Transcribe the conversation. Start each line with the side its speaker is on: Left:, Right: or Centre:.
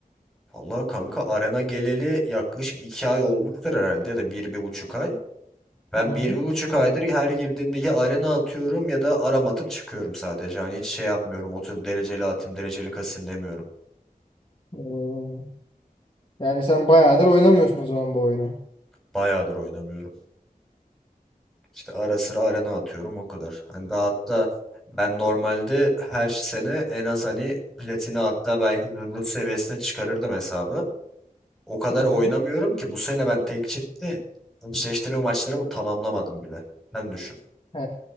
Centre: Vallahi kanka arena geleli yaklaşık 2 ay olmuştur herhalde ya da bir bir buçuk ay. Ben
Left: Hı.
Centre: bir bir buçuk aydır her girdiğimde ya arena atıyorum ya da aram atıp çıkıyorum sadece. Hani hiç şey yapmıyorum oturup dereceli atayım dereceli kasayım demiyorum.
Left: Oo. Yani sen bayağıdır oynamıyorsun o zaman bu oyunu.
Centre: Bayağıdır oynamıyorum. İşte ara sıra arena atıyorum o kadar. Hani daha hatta ben normalde her sene en az hani platini hatta belki zümrüt seviyesine çıkarırdım hesabı. O kadar
Left: Hı hı.
Centre: oynamıyorum ki bu sene ben tek çiftte eşleştirme maçlarımı tamamlamadım bile. Sen düşün.
Left: He,